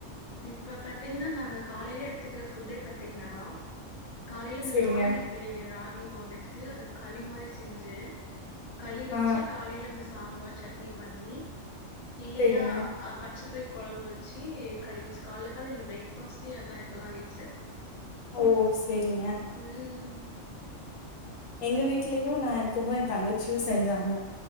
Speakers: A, on the left; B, on the left.
A: இப்ப பாத்தீங்கன்னா நாங்க காலையில எடுத்துக்குற ஃபுட்டே பாத்தீங்ன்னா காலையில இந்த
B: செரிங்க
A: ராகி இருக் க்ல்லைங்க ராகி மாவெடுத்து அத களி மாறி செஞ்சு களி வச்சு
B: ஆ
A: காலையில மிஸ் சாம்பார் சட்னி பண்ணி இல்லையா
B: செரிங்க
A: ஆ பச்சைப்பயிர் கொலம்பு வச்சி கலிவிச் கால்ளக் காலை பிரேக்ஃபாஸ்ட்டே அதான் இப்பல்லாம் வீட்ல
B: ஓ சேரிங்க
A: ம்
B: எங்க வீட்லயு நா இருக்கப்போ என் தங்கச்சியும் செஞ்சாங்க